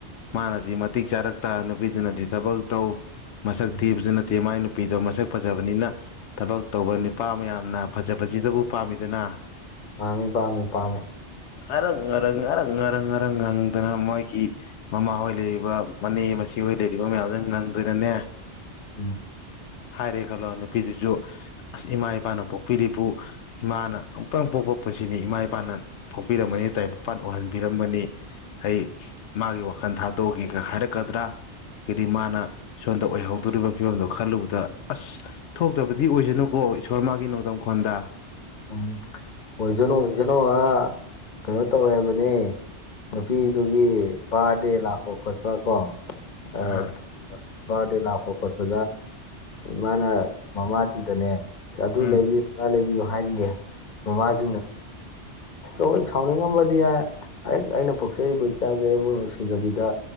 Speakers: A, on the left; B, on the left.
A: ꯃꯥꯅꯗꯤ ꯃꯇꯤꯛ ꯆꯥꯔꯛꯇ ꯅꯨꯄꯤꯗꯨꯅꯗꯤ ꯊꯕꯛ ꯇꯧ ꯃꯁꯛ
B: ꯎꯝ
A: ꯊꯤꯕꯁꯨ ꯅꯠꯇꯦ ꯃꯥꯏ ꯅꯨꯄꯤꯗꯣ ꯃꯁꯛ ꯐꯖꯕꯅꯤꯅ ꯊꯕꯛ ꯇꯧꯕ ꯅꯨꯄꯥ ꯃꯌꯥꯝꯅ ꯐꯖꯕꯁꯤꯗꯕꯨ ꯄꯥꯝꯃꯤꯗꯅ
B: ꯄꯥꯝꯃꯤ ꯄꯥꯝꯃꯤ ꯄꯥꯝꯃꯤ
A: ꯉꯔꯥꯡ ꯉꯔꯥꯡ ꯉꯔꯥꯡ ꯉꯔꯥꯡ ꯉꯔꯥꯡ ꯉꯪꯗꯅ ꯃꯣꯏꯒꯤ ꯃꯃꯥꯍꯣꯏ ꯂꯩꯔꯤꯕ ꯃꯅꯦ ꯃꯆꯦꯍꯣꯏ ꯂꯩꯔꯤꯕ ꯃꯌꯥꯝꯗꯨꯅ ꯉꯪꯗꯅꯅꯦ
B: ꯎꯝ
A: ꯍꯥꯏꯔꯦ ꯈꯜꯂꯣ ꯅꯨꯄꯤꯗꯨꯁꯨ ꯑꯁ ꯏꯃꯥ ꯏꯄꯥꯅꯄꯨ ꯄꯤꯔꯤꯕꯨ ꯏꯃꯥꯅ ꯑꯃꯨꯛꯇꯪ ꯄꯣꯛꯄ ꯄꯨꯟꯁꯤꯅꯤ ꯏꯃꯥ ꯏꯄꯥꯅ ꯐꯣꯛꯄꯤꯔꯝꯃꯅꯤ ꯇꯥꯏꯕꯪ ꯄꯥꯟ ꯎꯍꯟꯕꯤꯔꯝꯕꯅꯤ ꯑꯩ ꯃꯥꯒꯤ ꯋꯥꯈꯜ ꯊꯥꯗꯣꯛꯒꯦꯒ ꯍꯥꯏꯔꯛꯀꯗ꯭ꯔꯥ ꯍꯥꯏꯗꯤ ꯃꯥꯅ ꯁꯣꯝꯗ ꯑꯣꯏꯍꯧꯗꯣꯔꯤꯕ ꯐꯤꯕꯝꯗꯣ ꯈꯜꯂꯨꯕꯗ ꯑꯁ ꯊꯣꯛꯇꯕꯗꯤ ꯑꯣꯏꯖꯅꯨꯀꯣ ꯏꯁꯣꯔ ꯃꯥꯒꯤ ꯅꯣꯡꯗꯝꯈꯣꯟꯗ
B: ꯎꯝ ꯑꯣꯏꯖꯅꯣ ꯑꯣꯏꯖꯅꯣ ꯑ ꯀꯩꯅꯣ ꯇꯧꯋꯦ ꯍꯥꯢꯕꯅꯦ ꯅꯨꯄꯤꯗꯨꯒꯤ ꯕꯥꯔꯗꯦ ꯂꯥꯛꯄ ꯈꯣꯠꯄ ꯀꯣ
A: ꯑꯥ
B: ꯑ ꯕꯥꯔꯗꯦ ꯂꯥꯛꯄ ꯈꯣꯠꯄꯗ ꯃꯥꯅ ꯃꯃꯥꯆꯤꯡꯗꯅꯦ ꯑꯗꯨ
A: ꯎꯝ
B: ꯂꯩꯕꯤꯌꯨ ꯂꯩꯕꯤꯌꯨ ꯍꯥꯏꯔꯤꯌꯦ ꯃꯃꯥꯖꯤꯡꯅ
A: <inaudible>
B: ꯂꯣꯢ ꯁꯥꯎꯅꯤꯡꯉꯝꯕꯗꯤ ꯌꯥꯏ ꯍꯦꯛ ꯑꯩꯅ ꯄꯣꯛꯆꯔꯤꯕ ꯏꯆꯥꯖꯦ ꯑꯩꯕꯨ ꯅꯨꯡꯁꯤꯗꯕꯤꯗ